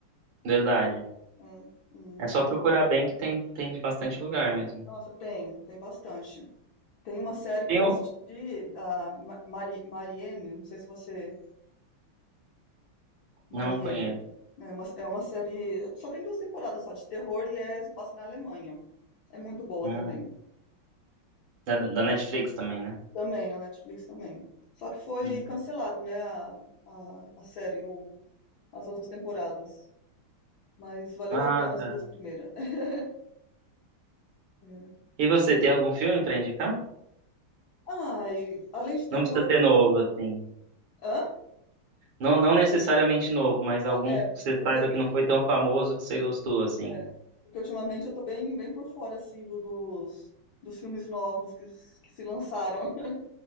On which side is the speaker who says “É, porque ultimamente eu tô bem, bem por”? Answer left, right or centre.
Left